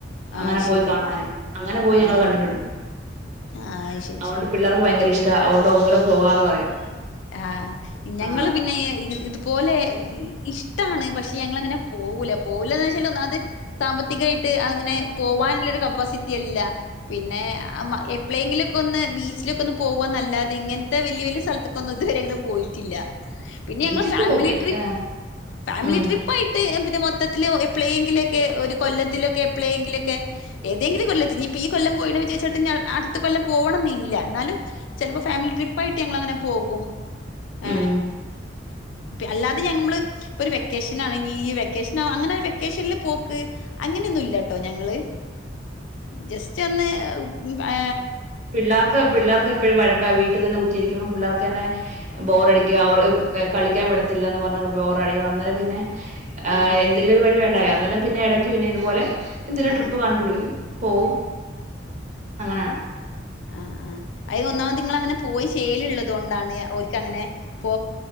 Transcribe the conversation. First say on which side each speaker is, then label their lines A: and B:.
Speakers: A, on the right; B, on the left.
A: അങ്ങനെ
B: ആഹ്
A: പോയി
B: ശരി
A: കാണാന്
B: ആഹ്
A: പോയി ഞങ്ങള്
B: ഉം
A: കണ്ടിട്ടുണ്ട്.
B: ഉം ആഹ് ശരി
A: അതുകൊണ്ട്
B: ശരി
A: പിള്ളേർക്ക് ഭയങ്കര ഇഷ്ടാ അതുകൊണ്ടു ഒന്നുടെ പോകാന്ന് പറയും.
B: ആ ഞങ്ങള്
A: ആ
B: പിന്നെ ഇതുപോലെ ഇ ഇഷ്ട്ടമാണ് പക്ഷെ ഞങ്ങളെങ്ങനെ പോവൂല പോവൂലാന്ന് വെച്ചാ ഒന്നാമത് സാമ്പത്തികമായിട്ട് അങ്ങനെ പോവാനുല്ലൊരു കപ്പാസിറ്റിയല്ല. പിന്നെ
A: ഉം
B: എപ്പളേങ്കിലും ഒക്കെ ബിച്ചിലൊക്കെ ഒന്നു പോകുവന്നല്ലാതെ ഇങ്ങനത്തെ വല്യ വല്യ സ്ഥലത്ത് കൊന്നു ഇതുവരെ അങ്ങനെ പോയിട്ടില്ല. പിന്നെ
A: ബീച്ചിൽ
B: ഞങ്ങള് ഫാമിലി
A: പോവും
B: ട്രിപ്പ്
A: ആഹ്
B: ഫാമിലി
A: ഉം
B: ട്രിപ്പായിട്ട് പിന്നെ മൊ ത്തില് എപ്പളേലെങ്കിലുംക്കെ ഒരു കൊല്ലത്തിൽക്കെ എപ്പേളേങ്കിലും ഒക്കെ ഏതങ്കിലും കൊല്ലത്ത്ഈ കൊല്ലം പോയില്ലാന്ന് വെച്ചിട്ട് അടുത്ത കൊല്ലം പോവണംന്ന് ഇല്ല. ന്നാലും ചിലപ്പോ ഫാമിലി ട്രിപ്പ് പ്പായിട്ടു ഞങ്ങൾ അങ്ങനെ പോകും. ആ
A: ഉം
B: അല്ലാതെ ഞമ്മള് ഒരു വെക്കേഷനാണങ്കി ഈ വൈക്കേഷനോ അങ്ങനെ ഒരു വെക്കേഷനില് പോക്ക് അങ്ങനെ ഒന്നു ഇല്ല കേട്ടോ ഞങ്ങള്. ജസ്റ്റ് ഒന്ന് ആ
A: പിള്ളാർക്ക് പിളളാർക്ക് എപ്പഴു വഴ ക്ക വീട്ടിൽ തന്നെ കുത്തിയിരിക്കുമ്പം പിള്ളാർക്ക് തന്നെ ബോറഡിക്കുക അവർ കളിക്കാൻ വിടത്തില്ലന്ന് പറഞ്ഞ് ബോറഡിടിക്കും. അന്നേരം പിന്നെ ആ
B: ആഹ് ആഹ്
A: എന്തെലും ഒരു വഴി വേണ്ടയ ഇന്നലെ പിന്നെ ഇടയ്ക്ക് പിന്നെ ഇതുപോലെ എന്തെരു
B: ആഹ്
A: ട്രിപ്പ് കണ്ടുപിടിക്കും പോവും അങ്ങനാ.
B: ആ ആ അതിനെന്നാമത് അങ്ങനെ പോയി ശീലമുള്ളതു കൊണ്ടാണ് ഓര്ക്ക് അങ്ങനെ പോ